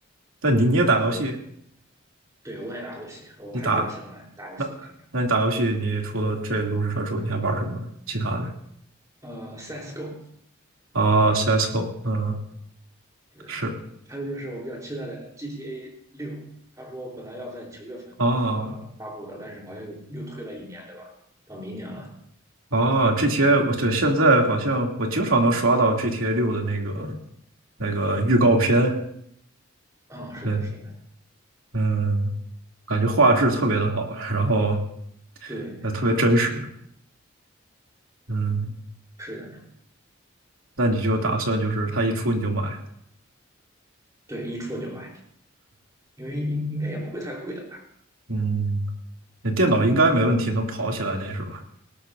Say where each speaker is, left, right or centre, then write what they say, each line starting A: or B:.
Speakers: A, on the right (about 80°); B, on the right (about 15°).
A: 但你你也打游戏，
B: 对，我也打游戏，我还是比较喜欢打游戏。
A: 你打那那你打游戏，
B: 平
A: 你除了这炉石传说，你还玩什么其他的？
B: 常，呃，CS:GO，
A: 啊，CS:GO，嗯，
B: 对，
A: 是
B: 还有就是我比较期待的 GTA 六，他说本来要在九月份那个发布的，
A: 啊
B: 但是好像又又推了一年，对吧？到明年了。
A: 啊，GTA，我对现在好像我经常能刷到 GTA 六的那个那个预告片。
B: 啊，是的，
A: 对，
B: 是的，
A: 嗯。感觉画质特别的好，然后
B: 对，
A: 呃特别真实。嗯，
B: 是的，
A: 那你就打算就是它一出你就买？
B: 对，一出了就买，因为应应该也不会太贵的吧？
A: 嗯，那电脑应该没问题，能跑起来那是吧？